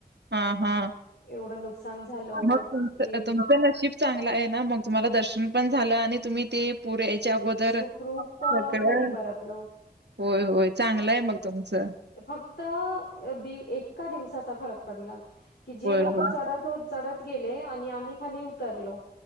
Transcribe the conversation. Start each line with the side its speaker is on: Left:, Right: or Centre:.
Right: हा हा
Left: एवढं नुकसान झालं
Right: मग
Left: ते
Right: त तुमचं नशीब चांगलं आहे ना मग तुम्हाला दर्शन पण झालं आणि तुम्ही ते पुर याच्या अगोदर
Left: सुखरूप अ,
Right: सगळं
Left: घरी परतलो.
Right: होय होय चांगलं आहे मग तुमचं
Left: फक्त एका दिवसाचा फरक पडला. कि जे
Right: होय
Left: लोक
Right: होय.
Left: चढत चढत गेले आणि आम्ही खाली उतरलो.